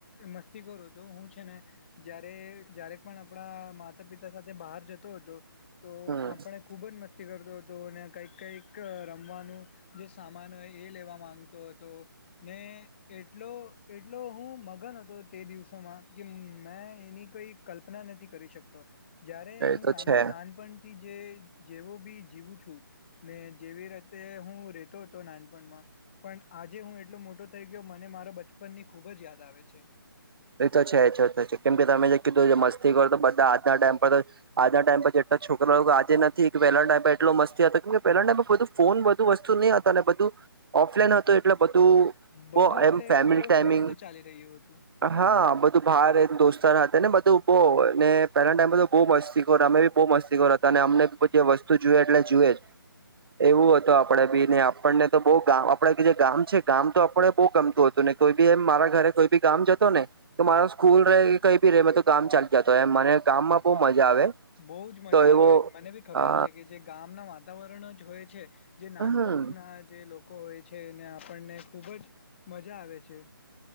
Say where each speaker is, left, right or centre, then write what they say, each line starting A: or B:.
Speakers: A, on the left; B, on the right.
A: મસ્તી કરું હતો હું છે ને જય્યારે જય્યારે પણ આપણા માતા પિતા સાથે બહાર જતો હતો તો
B: હમ
A: આપણે ખૂબ જ મસ્તી કરતો હતો અને કંઈક કંઈક રમવાનું જે સામાન હોય એ લેવા માંગતો હતો ને એટલો એટલો હું મગન હતો તે દિવસોમાં કે મેં એની કોઈ કલ્પના નથી કરી શકતો જય્યારે
B: એ
A: હું
B: તો
A: નાનપણ
B: છે
A: થી જે જેવો બી જીવું છું ને જેવી રીતે હું રતો હતો નાનપણમાં પણ આજે હું એટલો મોટો થઇ ગયો મને મારા બચપનની ખુબ જ યાદ આવે છે
B: એ તો છે છે કેમ કે તમે જે કીધું મસ્તી કરો તો બધા આજના ટાઈમ પર તો આજના ટાઈમ પર જેટલા છોકરાઓ આજે નથી પલા ટાઈમ એટલો મસ્તી હતો કેમ કે પહેલા ના લોકો તો ફોન બધું વસ્તુ ની હતા અને બધું ઓફલાઈન હતું એટલે બધું
A: બધું
B: બો
A: એટલે
B: એમ ફેમિલી
A: બહુ
B: ટાઈમિંગ
A: સ્વસ્થ ચાલી રહ્યું હતું
B: હા બધું ભાર દોસ્તાર હતા ને બધું બો ને પહેલા ટાઈમે તો બહુ મસ્તી ખોર અમે બહુ મસ્તી ખોર હતા અને અમને બીધી વસ્તુ જુએ એટલે જુએ જ એવું હત આપડે બી ને આપણને તો બહ આપડે કે જે ગામ છે ગામ તો આપણે બહુ ગમતું હતું તને કોઈ બી એ મારા ઘરે કોઈ બી કામ જ ને તો મારો સ્કૂલ ર કે કઈ બી ર મે તો ગામ ચાલલી જતો હોય એમ મને ગામમાં બહુ મજા આવે
A: બહુ જ મજા
B: તો
A: આવે
B: એવો
A: મને બી ખબર
B: અ
A: છે કે જે ગામના વાતાવરણ જ હોય છે જે નાનપણના
B: હમ
A: જે લોકો હોય છે એને આપણને ખૂબ જ મજા આવે છે